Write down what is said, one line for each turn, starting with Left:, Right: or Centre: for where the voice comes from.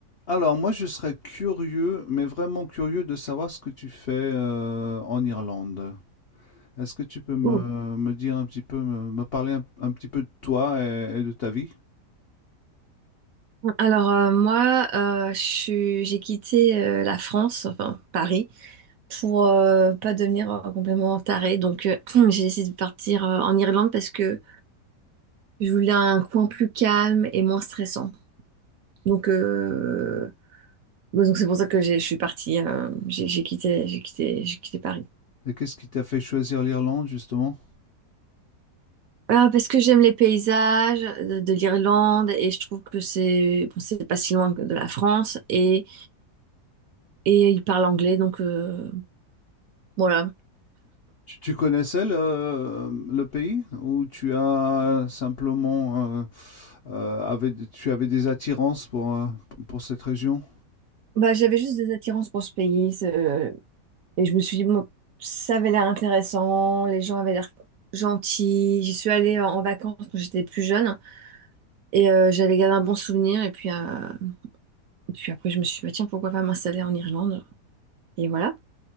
Left: Alors moi je serais curieux, mais vraiment curieux de savoir ce que tu fais euh, en Irlande. Est-ce que tu peux me,
Right: Ouh.
Left: me dire un petit peu, me, me parler un, un petit peu de toi et, et de ta vie?
Right: Alors euh, moi, euh, je suis- j'ai quitté euh, la France, enfin Paris, pour euh, pas devenir euh, complètement tarée. Donc euh, <clears throat> j'ai décidé de partir euh, en Irlande parce que je voulais un coin plus calme et moins stressant. Donc euh, bon, donc c'est pour ça que j'ai- je suis partie, euh, j'ai j'ai quitté, j'ai quitté, j'ai quitté Paris.
Left: Et qu'est-ce qui t'a fait choisir l'Irlande justement?
Right: Ah, parce que j'aime les paysages de, de l'Irlande et je trouve que c'est bon, c'est pas si loin que de la France et, et ils parlent anglais donc euh, voilà
Left: Tu, tu connaissais le, le pays ou tu as simplement euh, euh, avais- tu avais des attirances pour, euh, pour pour cette région?
Right: Bah, j'avais juste des attirances pour ce pays. ce- Et je me suis dit, moi, ça avait l'air intéressant, les gens avaient l'air gentils. J'y suis allée en en vacances quand j'étais plus jeune et euh, j'avais gardé un bon souvenir. Et puis, euh, et puis après, je me suis dit, bah, tiens, pourquoi pas m'installer en Irlande? Et voilà,